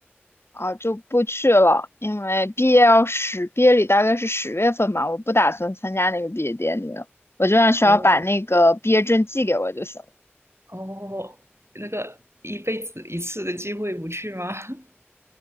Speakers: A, on the left; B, on the right.
A: 啊，就不去了，因为毕业要十，毕业礼大概是十月份吧，我不打算参加那个毕业典礼了，我就让学校把那个毕业证寄给我就行。
B: 哦哦，那个一辈子一次的机会不去吗？<laughs>